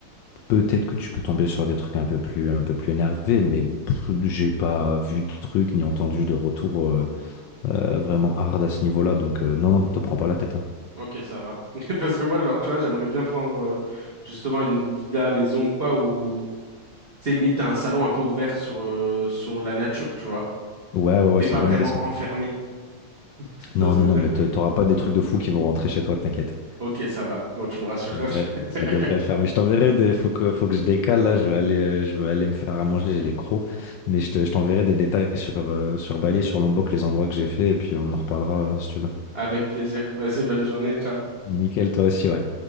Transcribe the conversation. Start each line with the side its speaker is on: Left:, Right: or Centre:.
Left: Peut-être que tu peux tomber sur des trucs un peu plus, un peu plus énervés, mais pff, j'ai pas vu de trucs ni entendu de retour euh, euh, vraiment hard à ce niveau-là. Donc euh, non, non, te prends pas la tête. hein.
Right: Ok, ça va. <laughs> Parce que moi, genre, tu vois, j'aimerais bien prendre euh, justement une villa, maison ou quoi, où, tu sais, limite, t'as un salon un peu ouvert sur, euh, sur la nature, tu vois,
Left: Ouais, ouais,
Right: où
Left: ouais,
Right: t'es
Left: c'est
Right: pas
Left: une
Right: vraiment
Left: bonne idée ça.
Right: enfermé. <laughs> Tu
Left: Non,
Right: vois ce
Left: non,
Right: que je veux
Left: non, mais
Right: dire?
Left: te- t'auras pas des trucs de fou qui vont rentrer chez toi, t'inquiète.
Right: Ok, ça va. Bon, tu me rassures.
Left: Ça devrait,
Right: <laughs>
Left: ça devrait le faire. Mais je t'enverrai des. Faut que, faut que je décale là. Je vais aller, je vais aller me faire à manger. J'ai les crocs. Mais je te- je t'enverrai des détails sur, euh, sur Bali, sur Lombok, les endroits que j'ai fait, et puis on en reparlera euh, si tu veux.
Right: Avec plaisir. Vas-y, bonne journée. Ciao.
Left: Nickel, toi aussi, ouais.